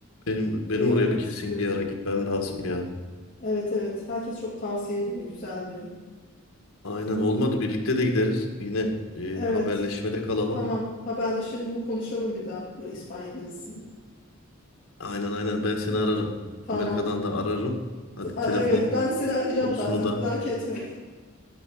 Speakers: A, on the left; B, on the left.
A: Benim benim
B: şey yapmak
A: oraya bir kesin
B: istiyorum.
A: bir ara gitmem lazım ya.
B: Evet evet. Herkes çok tavsiye ediyor. Güzel diyor.
A: Aynen olmadı birlikte de gideriz. Yine e,
B: Evet.
A: haberleşmede kalalım.
B: Tamam. Haberleşelim. Bunu konuşalım bir daha. Bu İspanya gezisini.
A: Aynen aynen ben seni ararım.
B: Tamam.
A: Amerika'dan da ararım. Hadi
B: T- Aa,
A: telefon
B: evet. Ben seni arayacağım
A: konusunu
B: zaten.
A: da
B: Merak etme.